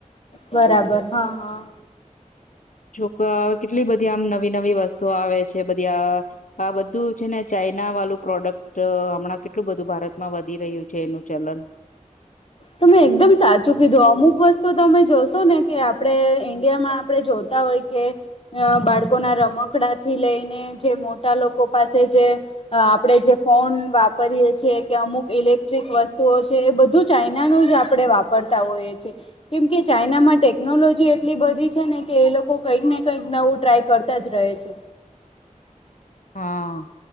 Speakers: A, on the left; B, on the left.
A: બરાબર હા હા.
B: જોક કેટલી બધી આમ નવી નવી વસ્તુઓ આવે છે. બધી અહ આ બધું છે ને ચા એના વાળું પ્રોડક્ટ હમણાં કેટલું બધું ભારતમાં વધી રહ્યું છે એનું ચલન. હ
A: તમે એકદમ સાચું કીધું અમુક વસ્તુ તમે જોશો ને કે આપણે ઈન્ડિયામાં આપણે જોતા હોય. કે બાળકો ના રમકડા થી લઈને જે મોટા લોકો પાસે જે આપણે જે ફોન વાપરીએ છીએ કે અમુક ઇલેક્ટ્રિક વસ્તુઓ છે એ બધું જ ચાઈના ન જ આપે વાપરતા હોઈએ છએ કેમ કે ચાઈના માટે ટેકનોલોજી એટલી બધી છે ને કે એ લોકો કંઈક ને કંઈક નવું ટ્રાય કરતા જ રહે છે
B: <inaudible> હા